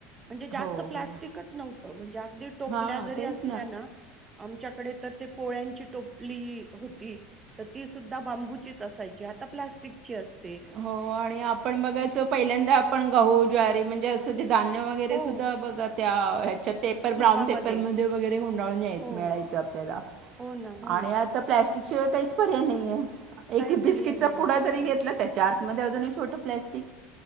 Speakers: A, on the right (about 20°); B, on the right (about 50°).
A: म्हणजे जास्त
B: हो
A: प्लास्टिकच
B: हो
A: नव्हत म्हणजे अगदी टोपल्या
B: हां
A: जरी
B: तेच
A: असल्या ना आमच्याकडे तर ते पोळ्यांची टोपली हो ती तर ती सुद्धा बांबूचीच असायची आता प्लास्टिकची असते
B: हो आणि आपण बघायचो पहिल्यांदा आपण गहू ज्वारी म्हणजे अस ते धान्य वगैरे
A: हो,
B: सुद्धा बघत त्या ह्याच्यात पेपर
A: सुपामध्ये.
B: ब्राऊन पेपरमध्ये वगैरे गुंडाळून याय
A: हो,
B: मिळायचा आपल्याला
A: हो ना, हो
B: आणि
A: ना.
B: आता प्लस्टिक त्याशिवाय काहीच पर्याय नाहियेत
A: काही
B: एक बिस्किटचा
A: पर्याय नाही.
B: पुडा
A: हो.
B: जरी घेतला त्या त्यातमध्ये अजूनही छोटं प्लाॅस्टिक